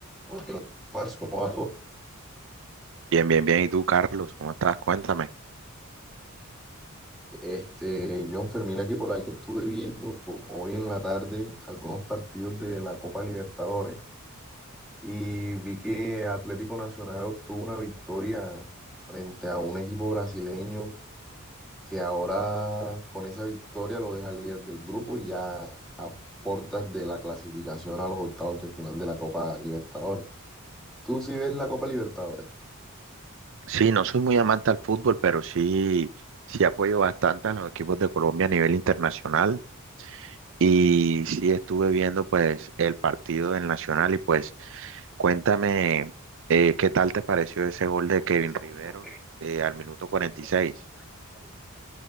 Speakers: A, in the centre; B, on the right.
A: otro más como dato,
B: Bien, bien, bien. ¿Y tú, Carlos? ¿Cómo estás? Cuéntame.
A: este, John Fermina, que por ahí estuve viendo ho- hoy en la tarde algunos partidos de la Copa Libertadores y vi que Atlético Nacional obtuvo una victoria frente a un equipo brasileño que ahora con esa victoria lo deja líder del grupo y ya a puertas de la clasificación a los octavos de final de la Copa Libertadores. ¿Tú sí ves la Copa Libertadores?
B: Sí, no soy muy amante al fútbol, pero sí, sí apoyo bastante a los equipos de Colombia a nivel internacional. Y sí estuve viendo pues el partido del Nacional y pues cuéntame eh, qué tal te pareció ese gol de Kevin
A: ese
B: Riveros
A: gol del primero,
B: eh, al minuto cuarenta
A: el gol
B: y seis.
A: del minuto 46.